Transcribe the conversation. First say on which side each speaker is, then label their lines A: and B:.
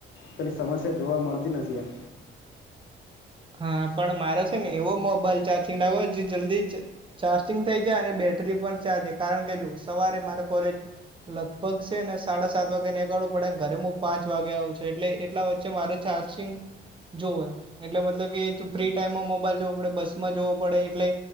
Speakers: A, on the left; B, on the right.
A: પેલી સમસ્યા જોવા મળતી નથી એમ.
B: હા, પણ મારે છે ને એવો મોબાઈલ ચાર્જિંગ લાવ્યો જે જલ્દી જ ચાર્જિંગ થઈ જાય અને બેટરી પણ ચાલજ કારણ કે જો સવારે મારે કોલેજ લગભગ છે ને સાડા સાત વાગે નીકળવું પડે ઘરે હું પાંચ વાગે આવું છું એટલે એટલા વચ્ચે મારે ચાર્જિંગ જોવે એટલે મ તલબ કે ફ્રી ટાઈમમાં મોબાઈલ જોવો પડે બસ માં જોવો પડે એટલે